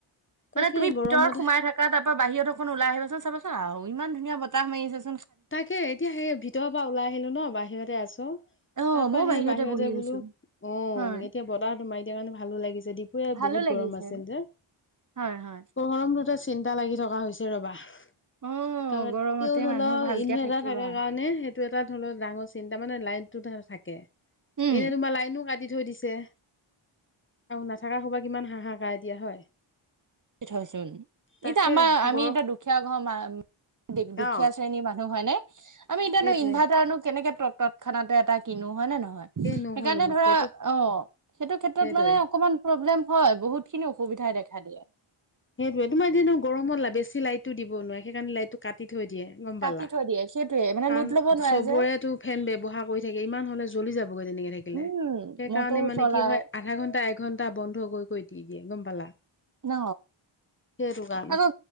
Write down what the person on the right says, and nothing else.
মানে তুমি
ভিতৰত সোমাই থাকা তাপা বাহিৰত অকণ ওলাই আহিবাচোন চাবাচোন আও ইমান ধুনীয়া বতাহ মাৰি আছে।
অ'
ময়ো
বহি
আছো
হয়।
ভালো
লাগিছে।
হয় হয়।
অ' গৰমতে
মানুহ ভালকে
থাকিবা
উম
থয়চোন
এতিয়া আমাৰ আমি
এতিয়া দুখীয়া ঘৰ মা- দুখীয়া
শ্ৰেণীৰ মানুহ হয় নে আমি এতিয়ানো
ইনভাৰ্টাৰনো কেনেকে তৎক্ষণাতে এটা কিনো হয় নে ন সেইকাৰনে
ধৰা
অ সেইটো ক্ষেত্ৰত
অকমান প্ৰব্লেম হয় বহুত খিনি অসুবিধা দেখা দিয়ে।
কাটি
থৈ দিয়ে সেইটোয়ে মানে
লোট ল'ব নোৱাৰে
যে
উম
মটৰ
চলাই
ন
আকৌ